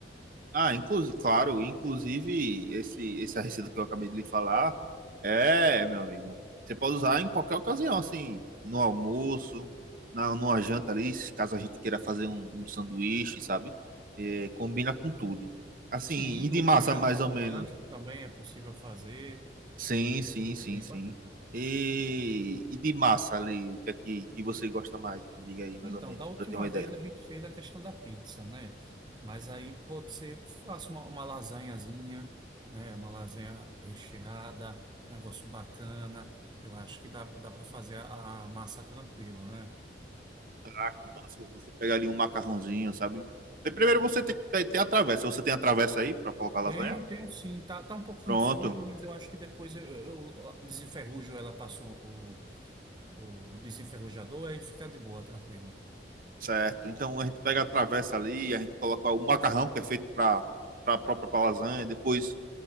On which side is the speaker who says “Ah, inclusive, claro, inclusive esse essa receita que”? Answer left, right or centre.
Right